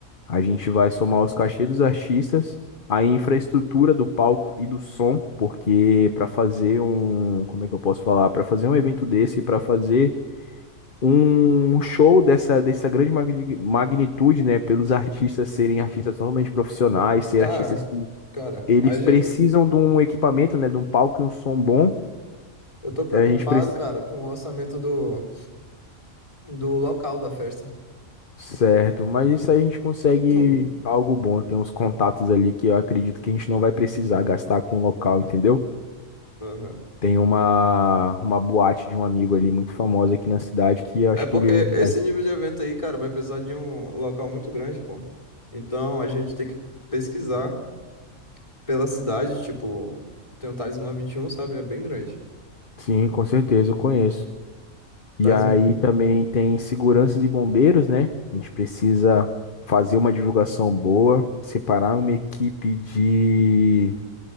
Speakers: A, on the left (about 40°); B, on the left (about 25°).
A: A gente vai somar os cachês dos artistas, a infraestrutura do palco e do som, porque para fazer um, como é que eu posso falar? Para fazer um evento desse, para fazer um show dessa, dessa grande magni- magnitude, né? Pelos artistas serem artistas totalmente profissionais, ser
B: Cara,
A: artistas
B: cara,
A: eles
B: a ge-
A: precisam de um equipamento, né? De um palco e um som bom.
B: eu tô preocupado,
A: É, A gente precisa.
B: cara, com o orçamento do, do local da festa. <laughs>
A: Certo, mas isso aí a gente consegue
B: Hum.
A: algo bom. Tem uns contatos ali que eu acredito que a gente não vai precisar gastar com o local, entendeu?
B: Aham.
A: Tem uma, uma boate de um amigo ali muito famosa aqui na cidade que eu
B: É
A: acho
B: porque
A: que ele.
B: esse
A: ai,
B: nível de evento aí, cara, vai precisar de um local muito grande, pô. Então a gente tem que pesquisar pela cidade, tipo, tem o Talismã vinte e um, sabe? É bem grande.
A: Sim, com certeza, eu conheço. E
B: Talismã.
A: aí também tem seguranças e bombeiros, né? A gente precisa fazer uma divulgação boa, separar uma equipe de